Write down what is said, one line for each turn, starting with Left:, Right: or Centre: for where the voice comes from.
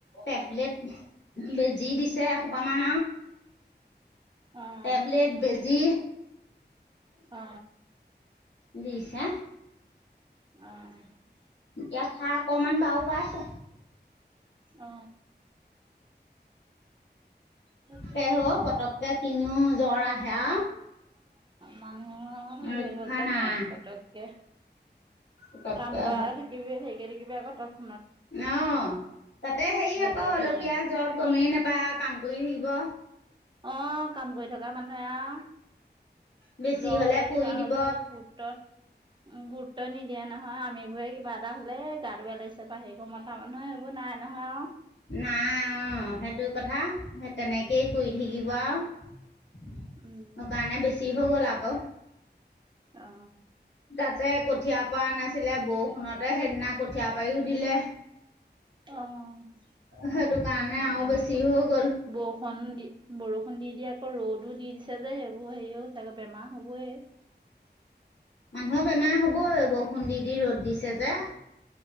Left: টেবলেট বেজি দিছে। মান
Right: অ',
Left: টেবলেট বেজি
Right: অ
Left: দিছে
Right: অ
Left: ইয়াত খা অকমান বাবও পাইছে।
Right: অ তাকে।
Left: সেইহ পতককে কিনো জ্বৰ আহে।
Right: মানুহ
Left: ৰক্ষা
Right: ধৰিবকে
Left: নাই
Right: নোৱাৰি পতককে।
Left: পতককে
Right: কাম কৰা থাকিবি সেইকাৰ থাকিবি আকৌ তাত।
Left: অ তাতে হেৰি
Right: বেলেগ
Left: আকৌ অলপীয়া
Right: হৈ যায়গে
Left: জ্বৰত গমেই নেপায় কাম কৰি থাকিব।
Right: অ কাম কৰি থকা মানুহে আৰু
Left: বেছি
Right: জ্বৰ হলে
Left: পৰি
Right: কিবা
Left: দিব
Right: হ'লে গুৰুত্ব উ গুৰুত্ব নিদিয়া নহয় আমিবোৰে টা হলে গাটো বেয়া লাগিছে বা সেই কৰোঁ মতা মানুহে সেইবোৰ নাই নহয় আৰু
Left: নাই অ সেইটো কথা সেই তেনেকে সেই কৰি থাকিব আৰু সেইটো
Right: উম
Left: কাৰণে বেছি হৈ গ'ল আকৌ
Right: অ
Left: তাতে কঠিয়া পৰা নাছিল। আছিলে বৰষুণতে সেইদিনা কঠিয়া পাৰিও দিলে।
Right: অ সেইকাৰণে
Left: সেইটো কাৰণে আৰু বেছি
Right: আক
Left: হৈ গ'ল
Right: বৰষুণ দি বৰষুণ দি দিয়ে আকৌ ৰ'দো দি দিছে যে সেইবোৰ হেৰি হৈছে আকৌ বেমাৰ হ'বই
Left: মানুহৰ বেমাৰ হ'বই বৰষুণ দি দি ৰ'দ দিছে যে।